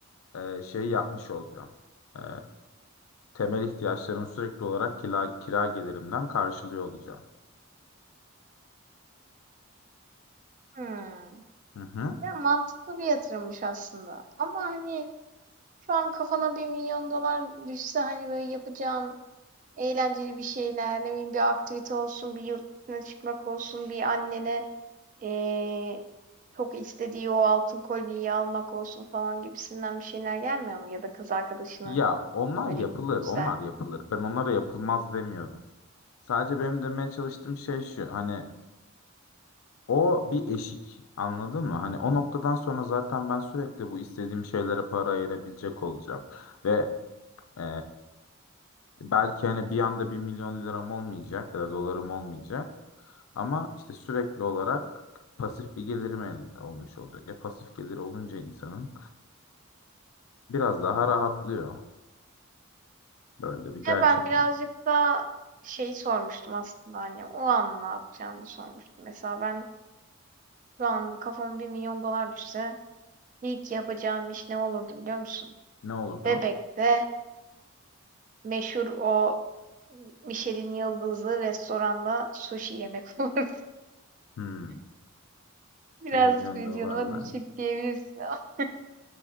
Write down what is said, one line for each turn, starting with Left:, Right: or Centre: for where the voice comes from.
Left: e, şey yapmış olacağım. Ee, temel ihtiyaçlarım sürekli olarak kira, kira gelirimden karşılıyor olacağım.
Right: Hmm.
Left: Hı hı.
Right: Ya mantıklı bir yatırımmış aslında. Ama hani şu an kafana bir milyon dolar düşse hani böyle yapacağın Eğlenceli bir şeyler, ne bileyim bir aktivite olsun, bir yurt dışına çıkmak olsun, bir annene eee, çok istediği o altın kolyeyi almak olsun falan gibisinden bir şeyler gelmiyor mu? Ya da kız arkadaşını
Left: Ya onlar
Right: böyle
Left: yapılır,
Right: güzel.
Left: onlar yapılır. Ben onlara yapılmaz demiyorum. Sadece benim demeye çalıştığım şey şu. Hani o bir eşik. Anladın mı? Hani o noktadan sonra zaten ben sürekli bu istediğim şeylere para ayırabilecek olacağım. Ve Ee, belki hani bir anda bir milyon liram olmayacak ya da dolarım olmayacak ama işte sürekli olarak pasif bir gelirim el- olmuş olacak. E pasif gelir olunca insanın biraz daha rahatlıyor. Böyle de bir gerçek
Right: Ya ben birazcık
Left: var.
Right: da şeyi sormuştum aslında hani o an ne yapacağımı sormuştum. Mesela ben şu an kafama bir milyon dolar düşse ilk yapacağım iş ne olurdu biliyor musun?
Left: Ne olurdu?
Right: Bebek'te meşhur o Michelin yıldızlı restoranda sushi yemek <laughs> olurdu.
Left: Hmm,
Right: Biraz
Left: 1 milyon
Right: vizyonuma
Left: dolarla.
Right: düşük diyebilirsin <laughs>